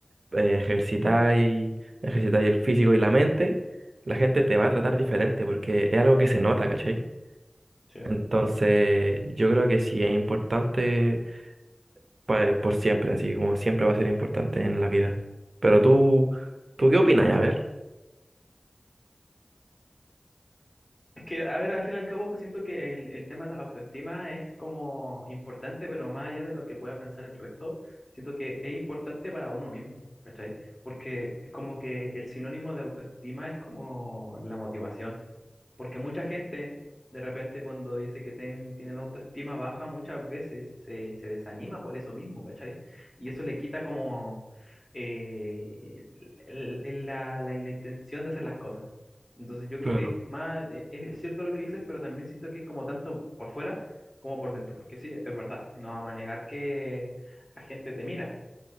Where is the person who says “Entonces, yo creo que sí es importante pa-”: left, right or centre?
Right